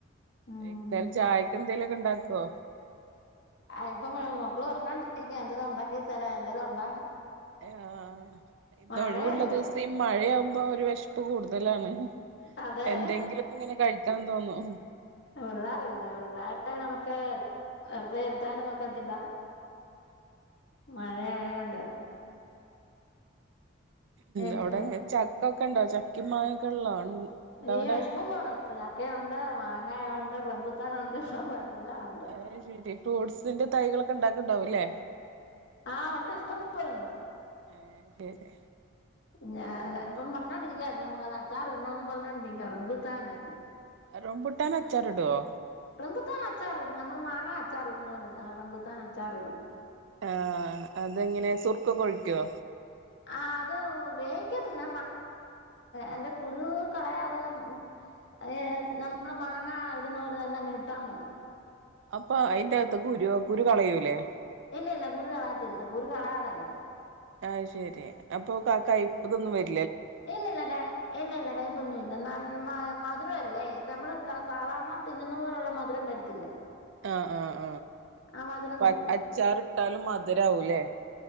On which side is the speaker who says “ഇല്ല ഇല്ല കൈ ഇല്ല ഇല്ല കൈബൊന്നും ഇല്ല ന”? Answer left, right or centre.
Left